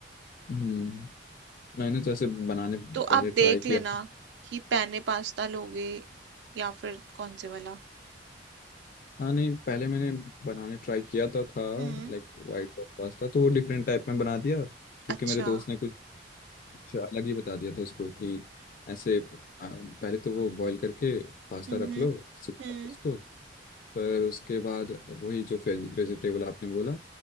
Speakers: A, on the left; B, on the right.
A: हम्म मैंने तो ऐसे बनाने पहले
B: तो आप
A: ट्राई
B: देख
A: किया
B: लेना कि पैने पास्ता लोगे या फिर कौन से वाला
A: हाँ नहीं पहले मैंने बनाने ट्राई किया था था
B: हम्म
A: लाइक वाइट सॉस पास्ता तो वो डिफरेंट टाइप में बना दिया क्योंकि
B: अच्छा
A: मेरे दोस्त ने कुछ कुछ अलग ही बता दिया था उसको कि ऐसे आ, पहले तो वो बॉईल करके पास्ता
B: हम्म
A: रख
B: हम्म
A: लो सूखा
B: हम्म,
A: उसको पर उसके बाद वही जो वेजिटेबल आपने बोला